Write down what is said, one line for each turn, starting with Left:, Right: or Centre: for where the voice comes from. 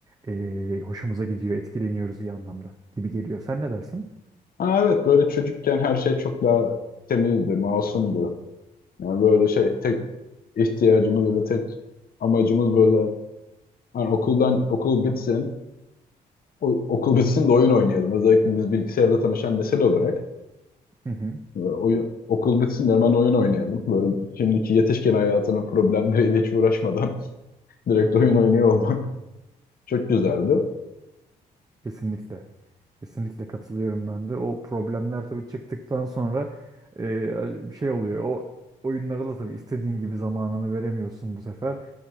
Right: eee, hoşumuza gidiyor, etkileniyoruz iyi anlamda gibi geliyor. Sen ne dersin?
Left: Ha evet böyle çocukken her şey çok daha temizdi, masumdu. Yani böyle şey tek ihtiyacımız ya da tek amacımız böyle hani okuldan okul bitsin. o- okul bitsin de oyun oynayalım. Özellikle biz bilgisayarla tanışan nesil olarak.
Right: Hı hı,
Left: Ee, Oyun, okul bitsin de hemen oyun oynayalım. Böyle şimdiki yetişkin hayatının problemleriyle hiç uğraşmadan <laughs> direkt oyun oynuyor olmak <laughs> çok güzeldi.
Right: kesinlikle. Kesinlikle katılıyorum ben de. O problemler tabii çıktıktan sonra eee, şey oluyor. O oyunlara da tabii istediğin gibi zamanını veremiyorsun bu sefer.